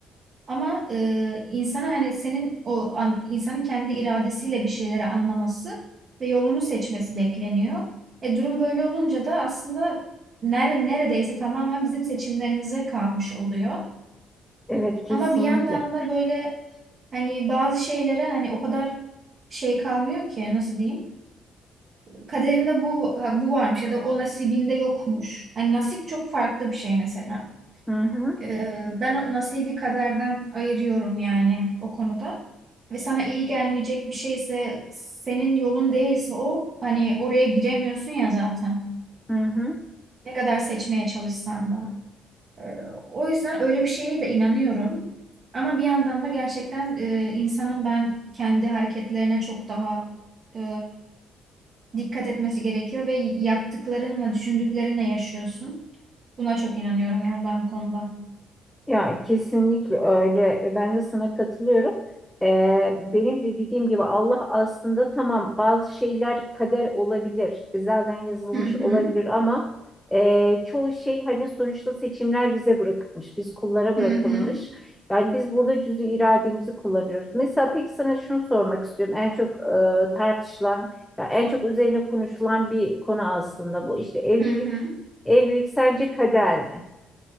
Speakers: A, on the right (about 45°); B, in the centre.
A: Ama e, insana hani senin o an, insanın kendi iradesiyle bir şeyleri anlaması ve yolunu seçmesi bekleniyor. E, durum böyle olunca da aslında nere, neredeyse tamamen bizim seçimlerimize kalmış oluyor.
B: Evet, kesinlikle.
A: Ama bir yandan da böyle Hani bazı şeylere hani o kadar şey kalmıyor ki nasıl diyeyim? Kaderinde bu bu varmış ya da o nasibinde yokmuş. Hani nasip çok farklı bir şey mesela.
B: Hı hı.
A: Ee, ben o nasibi kaderden ayırıyorum yani o konuda. Ve sana iyi gelmeyecek bir şeyse senin yolun değilse o hani oraya giremiyorsun ya zaten.
B: Hı hı.
A: Ne kadar seçmeye çalışsan da. Ee, O yüzden öyle bir şeye de inanıyorum. Ama bir yandan da gerçekten e, insanın ben kendi hareketlerine çok daha e, dikkat etmesi gerekiyor ve yaptıklarınla, düşündüklerinle yaşıyorsun. Buna çok inanıyorum yani ben bu konuda.
B: Ya kesinlikle öyle. E, Ben de sana katılıyorum. Ee, benim de dediğim gibi Allah aslında tamam bazı şeyler kader olabilir. Zaten yazılmış
A: Hı hı,
B: olabilir ama e, çoğu şey hani sonuçta seçimler bize bırakılmış. Biz kullara bırakılmış.
A: hı hı,
B: Yani biz burada cüz'i irademizi kullanıyoruz. Mesela peki sana şunu sormak istiyorum. En çok e, tartışılan, ya en çok üzerine konuşulan bir konu aslında bu. İşte evlilik,
A: hı hı,
B: evlilik sence kader mi?